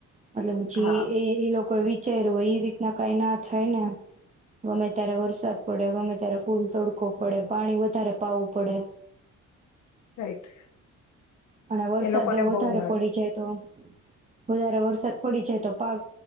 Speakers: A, on the right; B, on the left.
A: મતલબ પછી
B: હા
A: એ એ લોકો એ <unintelligible> <unintelligible> હોય એ રીતના કઈ ના થાય ને ગમે ત્યારે વરસાદ પડે ગમે ત્યારે ફૂલ તડકો પડે પાણી વધારે પાવું પડે.
B: રાઈટ.
A: અને વરસાદ
B: એ લોકોને
A: વધારે
B: બહુ નડે
A: પડી જાય તો. વધારે વરસાદ પડી જાય તો પાક